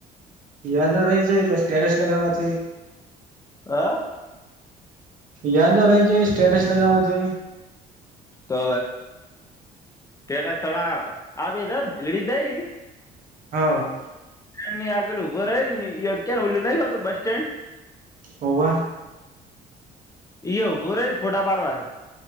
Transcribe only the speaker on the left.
હા
તો ટા સડા આવી લીડી દઈ
બ ની આગળલ ઊભો ર ને ક ઓલું નઈ હતું બસ સ્ટેન્ડ
ઇયા ઉભા રહીન ફોટા પાડવા